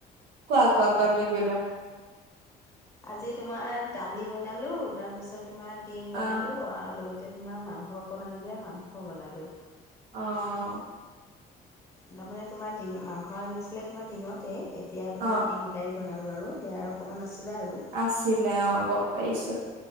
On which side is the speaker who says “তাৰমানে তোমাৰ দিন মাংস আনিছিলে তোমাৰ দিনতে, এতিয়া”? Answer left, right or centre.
Left